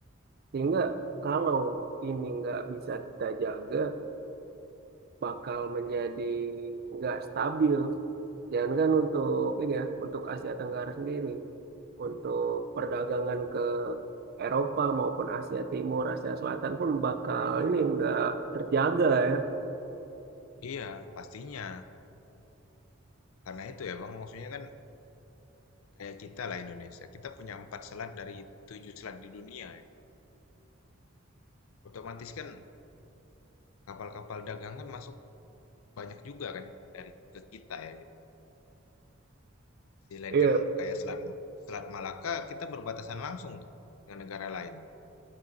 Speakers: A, on the right; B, on the left.
A: Sehingga kalau ini nggak bisa kita jaga, bakal menjadi nggak stabil. Jangankan untuk ini ya, untuk Asia Tenggara sendiri, untuk perdagangan ke Eropa maupun Asia Timur, Asia Selatan pun bakal ini nggak terjaga ya.
B: Iya, pastinya. Karena itu ya, Bang, maksudnya kan kayak kita lah Indonesia. Kita punya empat selat dari tujuh selat di dunia ya. Otomatis kan kapal-kapal dagang kan masuk banyak juga kan dari ke kita ya. Gitu. Di sisi lain
A: Iya,
B: kan kayak selat Selat Malaka kita berbatasan langsung tuh dengan negara lain,